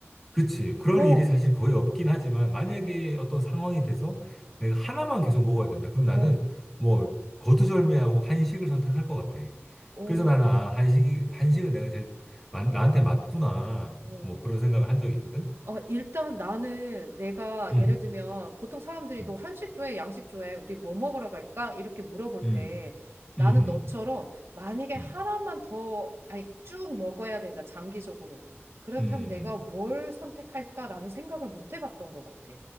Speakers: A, in the centre; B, on the right (about 60°).
A: 그치. 그럴
B: 어,
A: 일이 사실 거의 없긴 하지만, 만약에
B: 어,
A: 어떤 상황이 돼서 내가 하나만 계속 먹어야 된다. 그럼 나는
B: 어,
A: 뭐, 거두절미하고 한식을 선택할 것 같아.
B: 어,
A: 그래서 나는, 아, 한식이, 한식을 내가 제일, 마- 나한테 맞구나.
B: 어.
A: 뭐, 그런 생각을 한 적이 있거든.
B: 아, 일단 나는 내가
A: 음,
B: 예를 들면 보통 사람들이
A: 음,
B: 너 한식 좋아해, 양식 좋아해, 우리 뭐 먹으러 갈까? 이렇게 물어볼
A: 음,
B: 때 나는
A: 음, 음,
B: 너처럼 만약에 하나만
A: 음,
B: 더, 아니, 쭉 먹어야 된다, 장기적으로. 그렇다면
A: 음, 음.
B: 내가 뭘 선택할까라는 생각을 못 해봤던 것 같아.